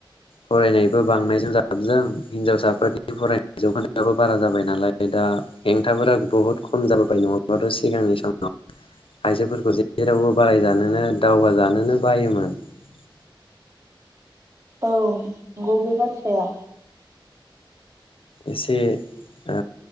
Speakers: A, on the left; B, on the right.
A: फरायनायबो बांनायजों जाबजों हिनजावसाफोरनि फरायनाय जौगानायाबो बारा जाबाय नालाय दा हेंथाफोरा बहुद खम जाबोबाय नङाबाथ' सिगांनि समाव आइजोफोरखौ जेरावबो बारायजानोनो दावगाजानोनो बायोमोन <inaudible>
B: औ नंगौ बे बाथ्राया
A: एसे ओ